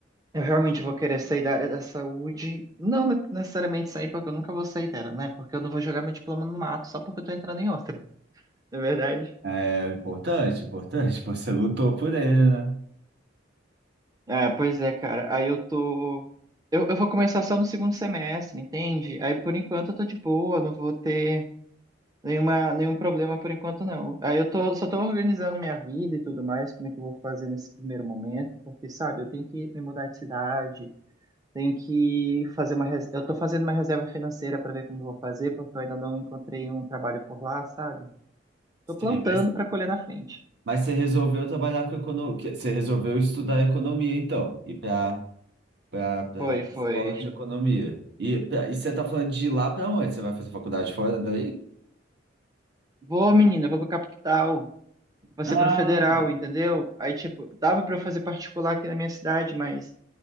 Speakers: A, on the right; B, on the right.
A: Eu realmente vou querer sair da área da saúde. Não ne- necessariamente sair, porque eu nunca vou sair dela, né? Porque eu não vou jogar meu diploma no mato só porque eu tô entrando em outra, na verdade.
B: É, importante, importante, <laughs> pô, você lutou por ele, né?
A: É, pois é, cara. Aí eu tô. Eu, eu vou começar só no segundo semestre, entende? Aí por enquanto eu tô de boa, não vou ter. Nenhuma, nenhum problema por enquanto, não. Aí eu tô, só tô organizando minha vida e tudo mais, como é que eu vou fazer nesse primeiro momento, porque, sabe, eu tenho que me mudar de cidade, tenho que fazer uma... res- Eu tô fazendo uma reserva financeira para ver como eu vou fazer, porque eu ainda não encontrei um trabalho por lá, sabe?
B: Sim,
A: Tô plantando
B: mas,
A: para colher na frente.
B: mas você resolveu trabalhar com economia, você resolveu estudar economia, então, ir para para
A: Foi, foi.
B: escola de economia. E, pra- e você tá falando de ir lá para onde? Você vai fazer faculdade fora daí?
A: Vou, menina, vou pra capital, vou
B: Ah.
A: ser pra federal, entendeu? Aí, tipo, dava para eu fazer particular aqui na minha cidade, mas...